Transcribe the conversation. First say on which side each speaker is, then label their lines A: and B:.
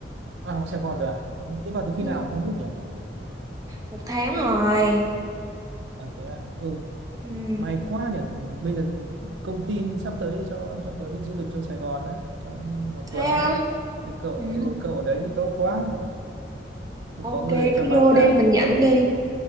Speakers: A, on the right; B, on the right.
A: À, học Sài Gòn rồi à? Thế vào từ
B: Ừ,
A: khi nào mà không biết nhỉ?
B: một tháng rồi.
A: À, thế à? Ừ,
B: Ừ,
A: may quá nhỉ. Bây giờ công ty sắp tới cho cho tớ đi du lịch trong Sài Gòn đấy, trong một
B: thế
A: tuần
B: á?
A: đấy. Thì cậu,
B: Ừ,
A: ừ, cậu ở đấy thì tốt quá nhỉ. Thì
B: ok,
A: có người cho
B: cứ
A: bám
B: vô đi,
A: càng
B: mình
A: đi
B: dẫn
A: rồi.
B: đi.